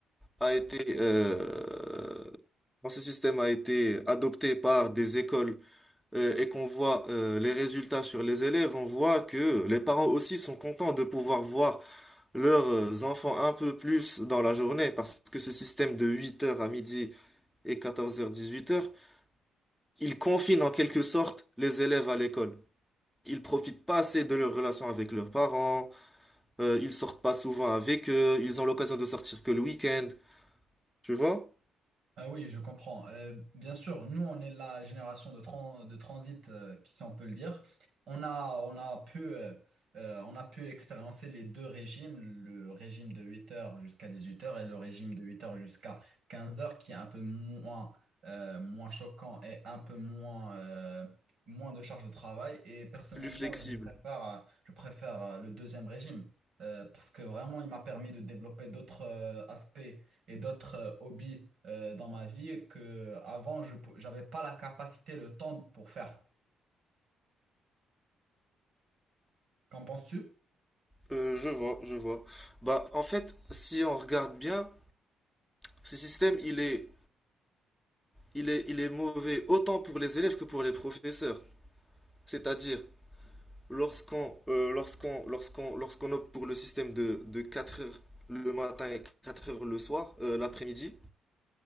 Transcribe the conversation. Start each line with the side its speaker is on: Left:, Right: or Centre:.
Centre: a été, euh, quand ce système a été adopté par des écoles euh, et qu'on voit euh, les résultats sur les élèves, on voit que les parents aussi sont contents de pouvoir voir leurs euh, enfants un peu plus dans la journée parce que ce système de huit heures à midi et quatorze heures dix-huit heures, il confine en quelque sorte les élèves à l'école. Ils profitent pas assez de leur relation avec leurs parents, euh, ils sortent pas souvent avec eux, ils ont l'occasion de sortir que le week-end, tu vois?
Right: Ah oui, je comprends. Euh, bien sûr, nous, on est la génération de, tran- de transit, euh, qui- si on peut le dire. On a, on a pu, euh, euh, on a pu expérimenter les deux régimes, le régime de 8 heures jusqu'à 18 heures et le régime de 8 heures jusqu'à 15 heures, qui est un peu moins, euh, moins choquant et un peu moins, euh, moins de charge de travail. Et personnellement,
Centre: Plus flexible.
Right: je préfère, euh, je préfère euh, le deuxième régime, euh, parce que vraiment, il m'a permis de développer d'autres, euh, aspects et d'autres euh, hobbies euh, dans ma vie que avant je pou- j'avais pas la capacité, le temps pour faire. Qu'en penses-tu?
Centre: Euh, je vois, je vois. Bah, en fait, si on regarde bien, ce système, il est il est, il est mauvais autant pour les élèves que pour les professeurs. C'est-à-dire, lorsqu'on euh, lorsqu'on lorsqu'on lorsqu'on opte pour le système de, de 4 heures le matin et 4 heures le soir, euh, l'après-midi,